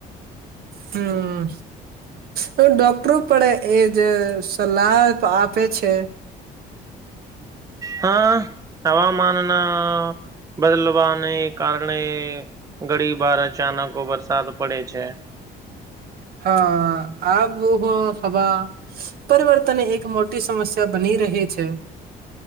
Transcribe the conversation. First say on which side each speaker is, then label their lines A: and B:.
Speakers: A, on the right; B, on the right.
A: હમ હ ડોક્ટરો પણે એજ સલાહ આપે છે.
B: હા હવામાનના બદલવાને કારણે ઘડી બાર અચાનકો વરસાદ પડે છે.
A: હા આોહો હવા પરિવર્તન એક મોટી સમસ્યા બની રહી છે.